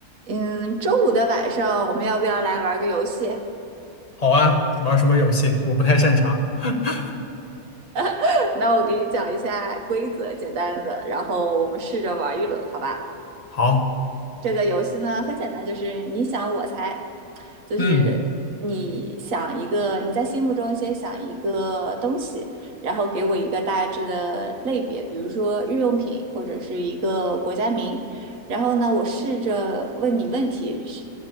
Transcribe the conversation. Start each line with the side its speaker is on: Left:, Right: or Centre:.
Right: 嗯，周五的晚上我们要不要来玩个游戏？
Left: 好啊，玩什么游戏？我不太擅长。<laughs>
Right: <laughs> 那我给你讲一下规则，简单的，然后我们试着玩一轮，好吧？
Left: 好，
Right: 这个游戏呢很简单，就是你想我猜，就是你想一个，
Left: 嗯，
Right: 你在心目中先想一个东西，然后给我一个大致的类别，比如说日用品或者是一个国家名，然后呢，我试着问你问题，是